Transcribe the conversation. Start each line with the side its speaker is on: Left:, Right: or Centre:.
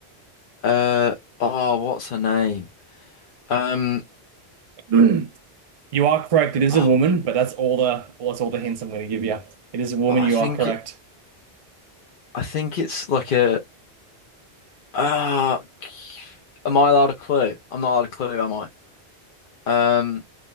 Left: Uh oh, what's her name? Um
Right: <clears throat> You are correct. It is
Left: oh,
Right: a woman, but that's all the well, that's all the hints I'm going to give you. It is a woman.
Left: but I
Right: You
Left: think
Right: are correct.
Left: it I think it's like a ah am I allowed a clue? I'm not allowed a clue, am I? Um